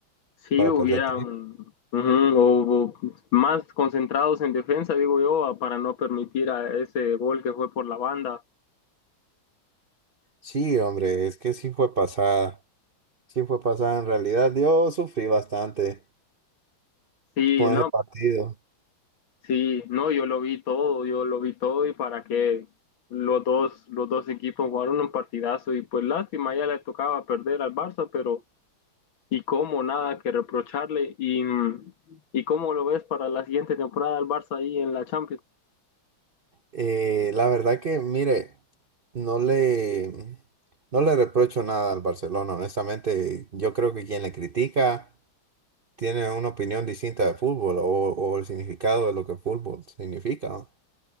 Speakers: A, on the left (about 70°); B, on the right (about 80°).
A: Sí,
B: para
A: hubieran
B: perder
A: ujú, o- o más concentrados en defensa, digo yo, a- para no permitir a ese gol que fue por la banda.
B: Sí, hombre, es que sí fue pasada. Sí fue pasada. En realidad, yo sufrí bastante
A: Sí,
B: con
A: no,
B: ese partido.
A: sí, no, yo lo vi todo, yo lo vi todo y para que los dos, los dos equipos jugaron un partidazo y pues lástima, ya le tocaba perder al Barça, pero y cómo nada que reprocharle y, y cómo lo ves para la siguiente temporada al Barça ahí en la Champions.
B: Eh, la verdad que, mire, no le, no le reprocho nada al Barcelona. Honestamente, yo creo que quien le critica tiene una opinión distinta de fútbol o, o el significado de lo que fútbol significa, ¿no?